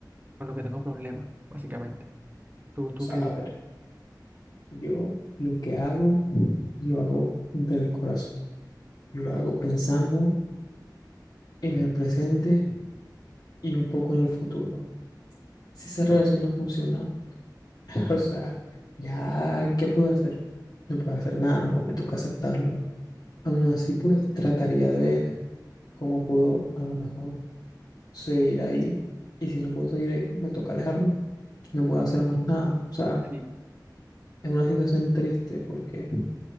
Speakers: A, on the right; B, on the left.
A: con lo que tengo problema, básicamente. ¿Tú, tú
B: sea,
A: qué
B: a
A: dices?
B: ver, yo lo que hago, lo hago del corazón. Yo lo hago pensando en el presente y un poco en el futuro. Si esa relación no funciona, <laughs> o sea, ya, ¿qué puedo hacer? No puedo hacer nada, no, me toca aceptarlo. Aún así, pues trataría de ver cómo puedo a lo mejor seguir ahí. Y si no puedo seguir ahí, pues me toca alejarme. No puedo hacer más nada. O sea,
A: Sí,
B: es una situación triste porque,